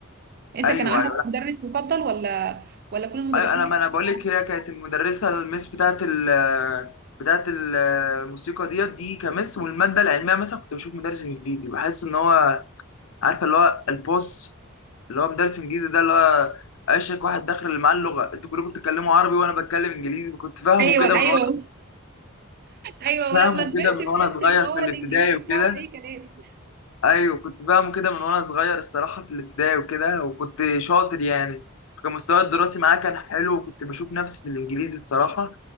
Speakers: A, on the right; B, on the left.
A: انت
B: أيوه
A: كان عندك مدرس مفضل ولا ولا كل المدرسين
B: ايوه انا ما انا بقول
A: كانوا
B: لك هي كانت المدرسه المس بتاعت ال بتاعت ال- الموسيقى ديت دي كمس والماده العلميه مثلا كنت بشوف مدرس انجليزي بحس ان هو عارفه اللي هو البوس اللي هو مدرس انجليزي ده اللي هو اشك واحد داخل اللي معاه اللغه انتوا كلكم بتتكلموا عربي وانا بتكلم انجليزي كنت فاهمه
A: ايوه
B: كده
A: ايوه
B: من وانا
A: ايوه
B: فاهمه
A: ولما كبرت
B: كده من
A: فهمت
B: وانا صغير
A: ان هو
B: في الابتدائي
A: الانجليزي
B: وكده
A: بتاعه اي كلام
B: ايوه كنت فاهمه كده من وانا صغير الصراحه في الابتدائي وكده وكنت شاطر يعني كان مستواي الدراسي معاه كان حلو وكنت بشوف نفسي في الانجليزي الصراحه